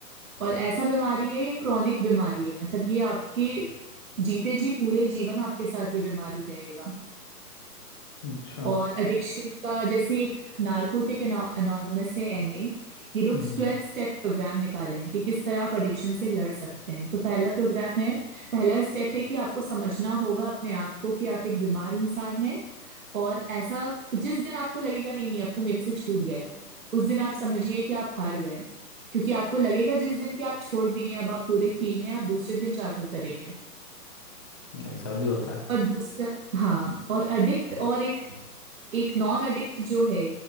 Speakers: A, on the right; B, on the left.
A: और ऐसा बीमारी है ये क्रॉनिक बीमारी है मतलब ये आपके जीते जी पूरे जीवन आपके साथ ये बीमारी रहेगा
B: अच्छा
A: और एडिक्शन का जैसे एक नारकोटिक अनोनमस है एनए ये लोग
B: हम्म
A: ट्वेल्व स्टेप प्रोग्राम निकाले हैं कि किस तरह आप एडिक्शन से लड़ सकते हैं तो पहला प्रोग्राम है पहला स्टेप है कि आपको समझना होगा अपने आप को कि आप एक बीमार इंसान हैं और ऐसा जिस दिन आपको लगेगा नहीं नहीं अब तो मेरे से छूट गया उस दिन आप समझिए कि आप हार गए क्योंकि आपको लगेगा जिस दिन कि आप छोड़ दिए हैं, अब आप पूरे क्लीन हैं आप दूसरे दिन जाकर करेंगे
B: हम्म, ऐसा भी होता है
A: और दूसरा हाँ और अडिक्ट और एक एक नॉन अडिक्ट जो है